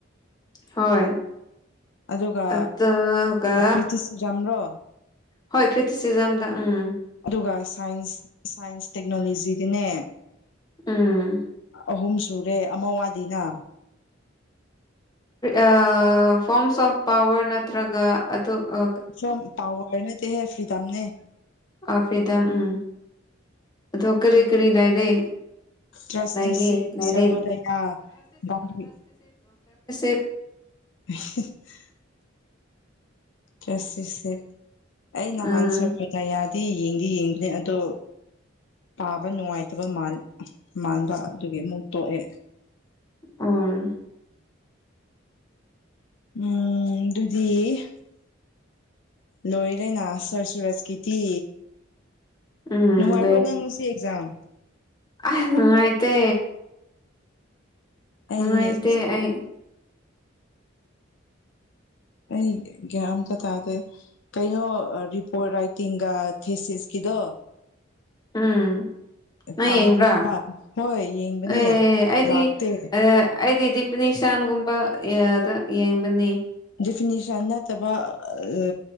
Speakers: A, on the left; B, on the left.
A: ꯍꯣꯏ
B: ꯑꯗꯨꯒ
A: ꯑꯗꯨꯒ
B: ꯄ꯭ꯔꯤꯇꯤꯖꯝꯔꯣ
A: ꯍꯣꯏ ꯀ꯭ꯔꯤꯇꯤꯁꯤꯖꯝꯗ ꯎꯝ
B: ꯑꯗꯨꯒ ꯁꯥꯏꯟꯁ ꯁꯥꯏꯟꯁ ꯇꯦꯛꯅꯣꯂꯣꯖꯤꯗꯅꯦ
A: ꯎꯝ
B: ꯑꯍꯨꯝ ꯁꯨꯔꯦ ꯑꯃ ꯋꯥꯠꯂꯤꯅ
A: ꯑ ꯐꯣꯝꯁ ꯑꯣꯐ ꯄꯥꯋꯔ ꯅꯠꯇ꯭ꯔꯒ ꯑꯗꯨ ꯑ
B: ꯐꫭꯝ ꯄꯋꯥꯔ ꯅꯠꯇꯦꯍꯦ ꯐ꯭ꯔꯤꯗꯝꯅꯦ
A: ꯑꯥ ꯐ꯭ꯔꯤꯗꯝ ꯎꯝ ꯑꯗꯨ ꯀꯔꯤ ꯀꯔꯤ ꯂꯩꯔꯤ
B: ꯇ꯭ꯔꯁꯇꯤꯁꯤꯞ
A: ꯂꯩꯌꯦ
B: ꯁꯔꯚꯣꯗꯌꯥ ꯒꯥꯟꯙꯤ
A: <unintelligible>
B: <unintelligible> <unintelligible> ꯑꯩ ꯅꯍꯥꯟ
A: ꯎꯝ
B: <unintelligible> ꯌꯥꯗꯤ ꯌꯦꯡꯗꯤ ꯌꯦꯡꯕꯅꯦ ꯑꯗꯣ ꯄꯥꯕ ꯅꯨꯡꯉꯥꯏꯇꯕ ꯃꯥꯟꯕ ꯑꯗꯨꯒꯤ ꯑꯃꯨꯛ ꯇꯣꯛꯑꯦ
A: ꯎꯝ
B: ꯎꯝ ꯗꯨꯗꯤ ꯂꯣꯏꯔꯦꯅ ꯁꯥꯔ ꯁꯨꯔꯁꯀꯤꯗꯤ
A: ꯎꯝ
B: ꯅꯨꯡꯉꯥꯏꯕ꯭ꯔꯣ ꯅꯪ ꯉꯁꯤ ꯑꯦꯛꯖꯥꯝ
A: ꯑꯥ‌ ꯅꯨꯡꯉꯥꯏꯇꯦ
B: ꯑꯩ
A: ꯅꯨꯡꯉꯥꯏꯇꯦ ꯑꯩ
B: ꯑꯩ ꯒ꯭ꯌꯥꯟ ꯑꯝꯇ ꯇꯥꯗꯦ ꯀꯩꯅꯣ ꯔꯤꯄꯣꯔꯠ ꯔꯥꯏꯇꯤꯡꯒ ꯊꯦꯁꯤꯁꯀꯤꯗꯣ
A: ꯎꯝ ꯅꯪꯏ
B: ꯄꯥꯕꯅꯦꯕ
A: ꯌꯦꯡꯕ꯭ꯔ
B: ꯍꯣꯏ ꯌꯦꯡꯕꯅꯦ
A: ꯑꯦ ꯑꯩꯗꯤ
B: ꯂꯥꯛꯇꯦ
A: <unintelligible> ꯑꯩꯗꯤꯗꯤ ꯅꯤꯁꯥꯟꯒꯨꯝꯕ ꯌꯥꯗ ꯌꯦꯡꯕꯅꯤ
B: ꯗꯤꯐꯤꯅꯤꯁꯟ ꯅꯠꯇꯕ ꯑ